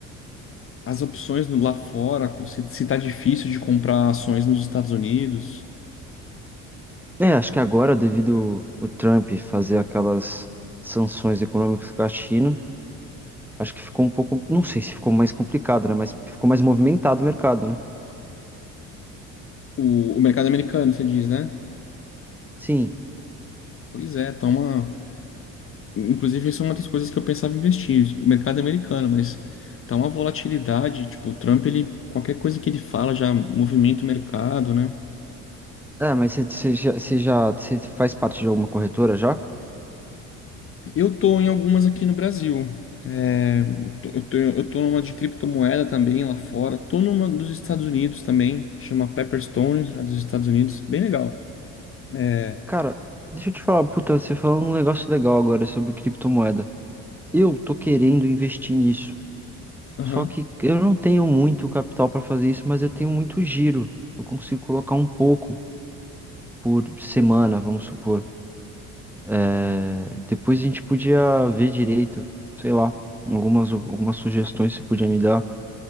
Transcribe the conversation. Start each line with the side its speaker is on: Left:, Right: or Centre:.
Left: as opções no- lá fora? Se, se tá difícil de comprar ações nos Estados Unidos?
Centre: É, acho que agora, devido o Trump fazer aquelas sanções econômicas com a China, acho que ficou um pouco, não sei se ficou mais complicado, né? Mas ficou mais movimentado o mercado, né?
Left: O, o mercado americano, você diz, né?
Centre: Sim.
Left: Pois é, tá uma. Inclusive, isso é uma das coisas que eu pensava em investir, mercado americano, mas tá uma volatilidade, tipo, o Trump, ele, qualquer coisa que ele fala já movimenta o mercado, né?
Centre: É, mas você você já, você já, você faz parte de alguma corretora já?
Left: Eu tô em algumas aqui no Brasil. É, tô- eu tô, eu tô numa de criptomoeda também lá fora. Tô numa dos Estados Unidos também, chama Pepperstone, a dos Estados Unidos. Bem legal. É,
Centre: Cara, deixa eu te falar, puta, você falou um negócio legal agora sobre criptomoeda. Eu tô querendo investir nisso.
Left: aham,
Centre: Só que eu não tenho muito capital para fazer isso, mas eu tenho muito giro. Eu consigo colocar um pouco por semana, vamos supor. É, depois a gente podia ver direito, sei lá, algumas, algumas sugestões você podia me dar